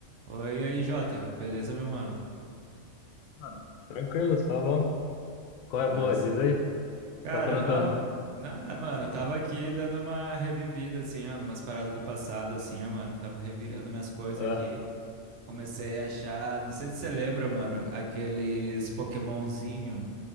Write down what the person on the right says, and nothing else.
Oi, e aí, Jota. Beleza, meu mano?
Massa.
Cara,
não, não, mano, eu tava aqui dando uma revivida, assim, ó, numas paradas do passado, assim, ó, mano. Tava revirando minhas coisas
aqui. Comecei a achar, não sei se você lembra, mano, aqueles Pokémonzinho